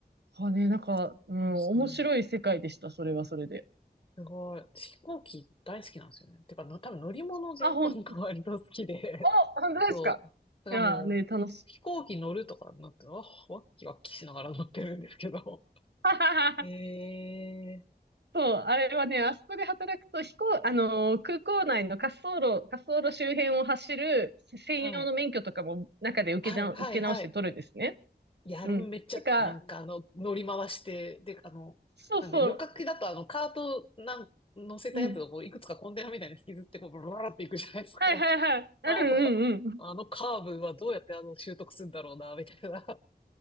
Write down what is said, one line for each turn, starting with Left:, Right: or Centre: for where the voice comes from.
Right: あね、なんか、
Left: そうなんですね。
Right: うん、面白い世界でした、それはそれで。
Left: すごい。飛行機大好きなんですよね。てか、の多分乗り物全般が割と好きで、
Right: あ、ほん、お、
Left: <laughs>
Right: 本当ですか。
Left: そう。だからもう、
Right: いやーね、楽しい。
Left: 飛行機乗るとかになって、あ、ワッキワッキしながら乗ってるんですけど。
Right: <laughs>
Left: ええ
Right: そう、あれはね、あそこで働くと飛行、あのー空港内の滑走路、滑走路周辺を走る専用の免許とかも中で受けな、
Left: はい。はい、はい、
Right: 受け直して取るんですね。
Left: はい。いや、あれもめっちゃ、
Right: うん。なんか、
Left: なんかあの、乗り回して、で、あの、
Right: そうそう、
Left: なんで、旅客機だとあの、カートなん、乗せたやつをこういくつかコンテナみたいに引きずって、
Right: うん。
Left: こう、ブラブラっていくじゃないですか。
Right: あはいはいはい。うんうんうん。
Left: あれとか、あのカーブはどうやってあの、習得するんだろうな、みたいな。